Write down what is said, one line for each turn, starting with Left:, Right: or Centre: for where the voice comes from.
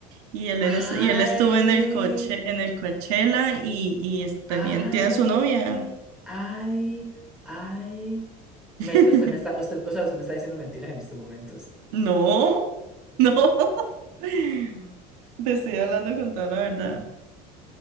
Right: y él,
Centre: Ay,
Right: en es- y él estuvo en el coche, en el Coachella y, y es- tenían,
Centre: ay,
Right: tiene su novia.
Centre: ay, ay. Me-
Right: <laughs>
Centre: usted me está, usted, o sea, usted me está diciendo mentiras en estos momentos.
Right: No, no. Te estoy hablando con toda la verdad.